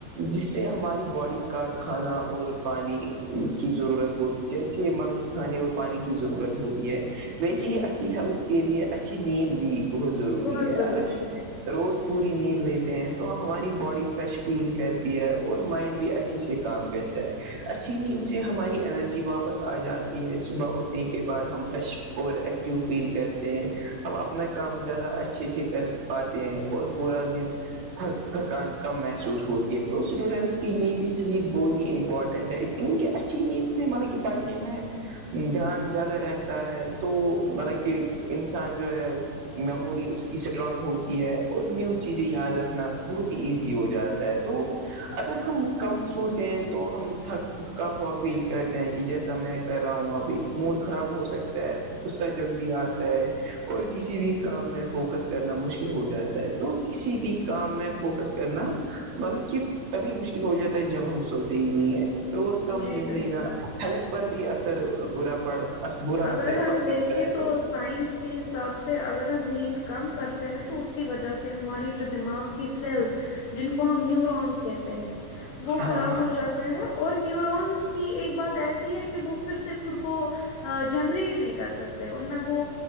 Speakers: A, on the right; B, on the left.
A: جس سے ہماری باڈی کا کھانا اور پانی کی ضرورت ہو جیسے مطلب کھانے اور پانی کی ضرورت ہوتی ہے ویسے
B: جی
A: ہی اچھی <unintelligible> کے لیے اچھی نیند بھی بہت ضروری
B: بہت
A: ہے
B: ضروری
A: اگر
B: ہے
A: روز پوری نیند لیتے ہیں تو ہماری باڈی فریش فیل کرتی ہے اور مائنڈ بھی اچھ چھے سے کام کرتا ہے اچھی نیند سے ہماری انرجی واپس آ جاتی صبح اٹھنے کے بعد ہم فریش اور ایکٹیو فیل کرتے ہیں ہم اپنا کام زیادہ اچھے سے کر پاتے ہیں اور پورا دن تھک تھکان کم محسوس ہوتی ہے تو اسٹوڈنٹس کی یہ بھی سلیپ بہت ہی امپورٹنٹ ہے کہ کہ اچھی نیند سے مطلب کہ پڑھنے میں دھیان زیادہ رہتا ہے تو مطلب کہ انسان جو ہے میموری اس کی اسٹرانگ ہوتی ہے اور نیو چیزیں یاد رکھنا بہت ہی ایزی ہو جاتا ہے تو اگر ہم کم سوتے ہیں تو ہم تھک تھکا ہوا فیل کرتے ہیں کہ جیسا میں کر رہا ہوں ابھی موڈ خراب ہو سکتا ہے غصہ جلدی آتا ہے اور کسی بھی کام میں فوکس کرنا مشکل ہو جاتا ہے تو کسی بھی کام میں فوکس کرنا مطلب کہ تبھی مشکل ہو جاتا ہے جب ہم سوتے ہی نہیں ہے روز کم
B: جی
A: نیند
B: بالکل
A: لینا ہیلتھ پر بھی اثر برا پڑ برا
B: اگر
A: اثر
B: ہم
A: پڑ سکتا
B: دیکھیں
A: ہے
B: تو سائنس کے حساب سے اگر ہم نیند کم کر تے ہیں تو اس کی وجہ سے ہماری جو دماغ کی سیلس جن کو ہم نیورونس کہتے ہیں وہ
A: ہاں
B: خراب
A: ہاں
B: ہو جات تا اور نیورونس کی ایک بات ایسی ہے کہ وہ پھر سے خود کو جنریٹ نہیں کرسکتے ان میں وہ